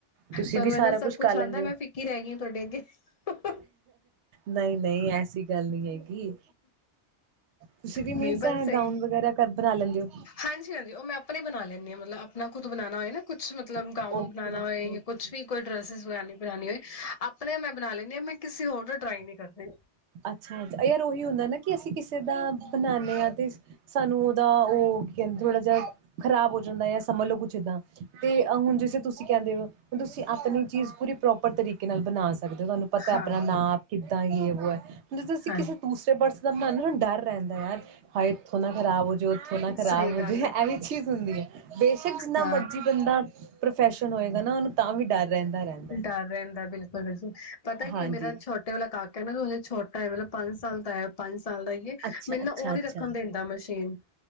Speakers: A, on the right; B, on the left.
A: ਤੁਸੀਂ
B: ਤੁਹਾਨੂੰ
A: ਵੀ ਸਾਰਾ
B: ਇਹਨਾ ਸਭ
A: ਕੁਛ
B: ਕੁੱਛ
A: ਕਰ ਲੈਂਦੇ
B: ਆਉਂਦਾ
A: ਹੋ।
B: ਮੈਂ ਫਿੱਕੀ ਰਹਿ ਗਈ ਹਾਂ ਤੁਹਾਡੇ ਅੱਗੇ ਹਾਹਾ।
A: ਨਹੀਂ ਨਹੀਂ ਐਸੀ ਗੱਲ ਨਹੀਂ ਹੈਗੀ। ਤੁਸੀਂ ਵੀ ਮੀਨਸ
B: ਨਹੀਂ ਬਸ ਸਹੀ
A: ਗਾਊਨ ਵਗੈਰਾ ਕਰ ਬਣਾ ਲੈਂਦੇ ਹੋ।
B: ਹਾਂਜੀ ਹਾਂਜੀ ਉਹ ਮੈਂ ਆਪਣੇ ਬਣਾ ਲੈਂਦੀ ਹਾਂ ਮਤਲਬ ਨਾ ਖ਼ੁਦ ਬਣਾਉਣਾ ਹੋਏ ਨਾ ਕੁਛ। ਮਤਲਬ
A: ਓਕੇ-ਓਕੇ-ਓਕੇ-ਓਕੇ
B: ਗਾਊਨ ਬਣਾਉਣਾ ਹੋਏ ਕੁਛ ਵੀ ਕੋਈ ਡਰੈਸ ਬਣਾਉਣੀ। ਬਣਾਉਣੀ ਹੋਏ ਆਪਣੇ ਮੈਂ ਬਣਾ ਲੈਂਦੀ ਹਾਂ ਮੈਂ ਕਿਸੇ ਹੋਰ ਨੂੰ ਟਰਾਈ ਨਹੀਂ। ਕਰਦੀ
A: ਅੱਛਾ ਅੱਛਾ ਯਾਰ ਉਹੀ ਹੁੰਦਾ ਨਾ। ਕਿ ਅਸੀਂ ਕਿਸੇ ਦਾ ਬਣਾਉਣਾ ਹਾਂ ਤੇ ਸਾਨੂੰ ਉਹਦਾ ਉਹ ਕਹਿੰਦੇ ਥੋੜ੍ਹਾ ਜਿਹਾ ਖ਼ਰਾਬ ਹੋ ਜਾਂਦਾ ਜਾਂ ਸਮਝੋ ਕੁਛ ਇੱਦਾਂ ਤੇ ਹੁਣ ਜਿਸੇ ਤੁਸੀਂ ਕਹਿੰਦੇ ਹੋ ਹੁਣ ਤੁਸੀਂ ਆਪਣੀ ਚੀਜ਼ ਪੂਰੀ ਪ੍ਰੋਪਰ ਤਰੀਕੇ ਨਾਲ ਬਣਾ ਸਕਦੇ। ਜਦੋਂ ਤੁਹਾਨੂੰ ਪਤਾ
B: ਹਾਂ
A: ਆਪਣਾ ਨਾਂ
B: ਹਾਂ
A: ਕਿ। ਬੀ ਬੋਏ। ਜਦ ਅਸੀਂ
B: ਹਾਂ
A: ਕਿਸੇ ਦੂਸਰੇ ਪਰਸਨ। ਜਿੰਦਾ ਮਨ ਨੂੰ ਨਾਂ ਡਰ ਰਹਿੰਦਾ ਯਾਰ। ਹੈ ਇੱਥੋਂ ਨਾ ਖਰਾਬ ਹੋ ਜੇ ਉੱਥੋਂ ਨਾ ਖਰਾਬ
B: ਸਹੀ
A: ਹੋ
B: ਗੱਲ
A: ਜਾਵੇ
B: ਹੈ
A: ਇਹ ਵੀ ਚੀਜ਼ ਹੁੰਦੀ ਹੈ ਬੇਸ਼ਕ ਜਿੰਨਾ
B: ਹਾਂ
A: ਮਰਜ਼ੀ ਬੰਦਾ ਪ੍ਰੋਫੈਸ਼ਨ ਹੋਏਗਾ ਨਾ ਉਹਨੂੰ। ਤਾਂ ਵੀ ਡਰ ਰਹਿੰਦਾ-ਰਹਿੰਦਾ।
B: ਡਰ ਰਹਿੰਦਾ ਬਿਲਕੁਲ ਬਿਲਕੁਲ ਪਤਾ ਕੀ
A: ਹਾਂਜੀ
B: ਮੇਰਾ ਛੋਟੇ ਵਾਲਾ ਕਾਕ ਕਹਿੰਦ ਮੈਨੂੰ ਛੋਟ ਮਤਲਬ ਪੰਜ ਸਾਲ ਦਾ ਹੈ। ਪੰਜ ਸਾਲ ਦਾ ਹੀਏ
A: ਅੱਛਾ-ਅੱਛਾ-ਅੱਛਾ
B: ਮੈਨੂੰ ਨਾ ਉਹ ਨੀ ਰੱਖਣ ਦਿੰਦਾ ਮਸ਼ੀਨ।